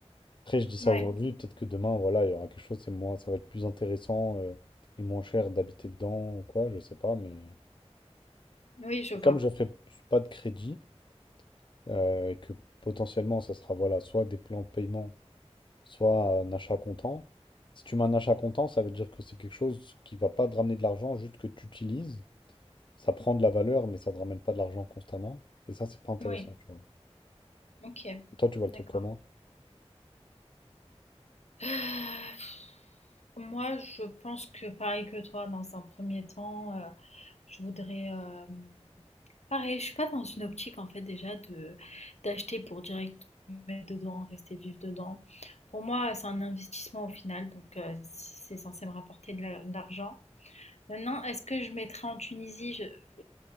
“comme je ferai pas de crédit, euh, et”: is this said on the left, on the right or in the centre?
Left